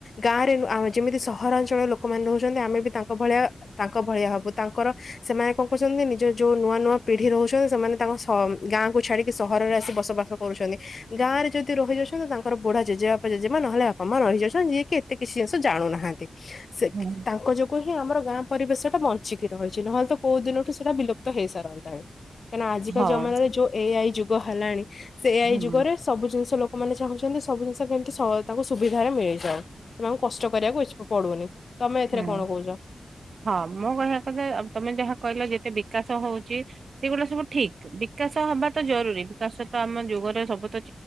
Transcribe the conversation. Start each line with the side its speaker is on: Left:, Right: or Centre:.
Left: ଗାଁରେ ଆମ ଯେମିତି ସହରାଞ୍ଚଳର ଲୋକମାନେ ରହୁଚନ୍ତି ଆମେ ବି ତାଙ୍କ ଭଳିଆ ତାଙ୍କ ଭଳିଆ ହେବୁ ତାଙ୍କର ସେମାନେ କଣ କରୁଚନ୍ତି ନିଜ ଯୋଉ ନୂଆ ନୂଆ ପିଢି ରହୁଚନ୍ତି ସେମାନେ ତାଙ୍କ ଗାଁ କୁ ଛାଡିକି ସହରରେ ଆସି ବସବାସ କରୁଚନ୍ତି ଗାଁରେ ଯଦି ରହିଯାଉଚନ୍ତି ତ ତାଙ୍କର ବୁଢା ଜେଜେବାପା ଜେଜେମା ନହେଲେ ବାପା ମା ରହିଯାଉଚନ୍ତି ଯିଏକ କିଛି ଜିନିଷ ଜାଣୁନାହାନ୍ତି ସେ
Right: ହୁଁ
Left: ତାଙ୍କ ଯୋଉ ହିଁ ଆମର ଗାଁ ପରିବେଶ ଟା ବଞ୍ଚିକି ରହିଛି ନହେଲେ ତ କୋଉ ଦିନଠୁ ସେଇଟା ବିଲୁପ୍ତ ହେଇ ସାରନ୍ତାଣି। କାହିଁକିନା ଆଜିକା
Right: ହଁ
Left: ଜମମାନାରେ ଯୋଉ ଏ ଆଇ ଯୁଗ ହେଲାଣି ସେଏ ଆଇ
Right: ହୁଁ
Left: ଯୁଗରେ ସବୁ ଜିନିଷ ଲୋକମାନୋନ ଚାହୁଁଛନ୍ତି ସବୁ ଜିନିଷ କେମତି ତାଙ୍କୁ ସୁବିଧାରେ ମିଳିଯାଉ। ସେମନଙ୍କୁ କଷ୍ଟ କରିବାକୁ ଇଛ ପଡୁବନି ତମେ ଏଥିରେ
Right: ହୁଁ
Left: କଣ କହୁଚ।
Right: ହଁ ମୁଁ କହିବା କଥା ତମେ ଯାହା କହିଲ ଯେତେ ବିକାଶ ହଉଚି ସେଗୁଡା ସବୁ ଠିକ ବିକାଶ ହବା ତ ଜରୁରୀ ବିକାଶ ତ ଆମ ଯୁଗରେ ସବୁ ତ